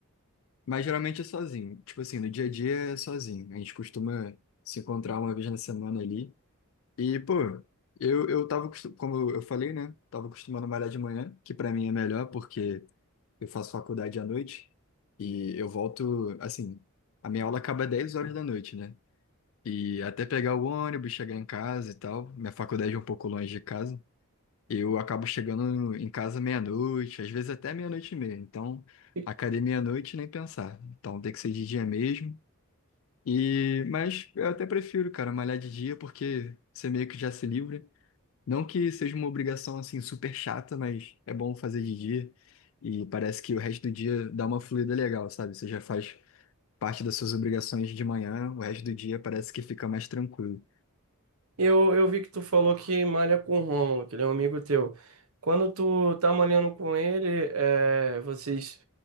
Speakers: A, on the left (about 60°); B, on the right (about 75°).
A: Mas geralmente é sozinho. Tipo assim, no dia a dia é sozinho. A gente costuma se encontrar uma vez na semana ali. E, pô, eu, eu tava, costu- como eu falei, né? Tava acostumando a malhar de manhã, que pra mim é melhor porque eu faço faculdade à noite e eu volto, assim, a minha aula acaba 10 horas da noite, né? E até pegar o ônibus, chegar em casa e tal. Minha faculdade é um pouco longe de casa. Eu acabo chegando em casa meia-noite, às vezes até meia-noite e meia. Então,
B: E
A: academia à noite nem pensar. Então, tem que ser de dia mesmo. E, mas eu até prefiro, cara, malhar de dia porque você meio que já se livra. Não que seja uma obrigação assim super chata, mas é bom fazer de dia. E parece que o resto do dia dá uma fluida legal, sabe? Você já faz parte das suas obrigações de manhã, o resto do dia parece que fica mais tranquilo.
B: Eu, eu vi que tu falou que malha com o Rômulo, que ele é um amigo teu. Quando tu tá malhando com ele, eh, vocês